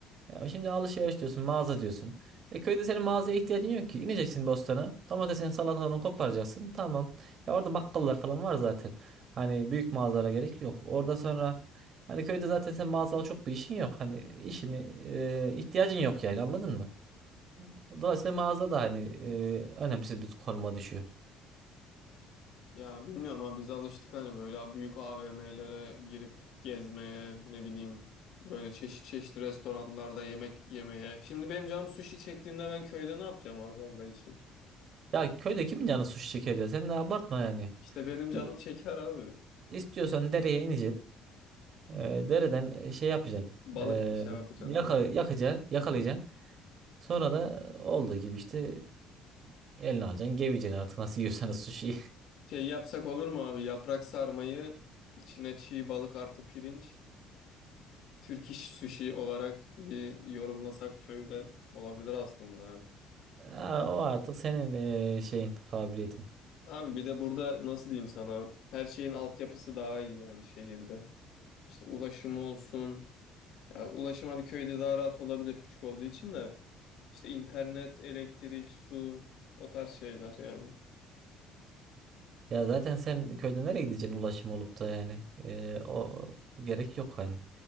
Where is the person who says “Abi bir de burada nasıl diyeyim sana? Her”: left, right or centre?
Left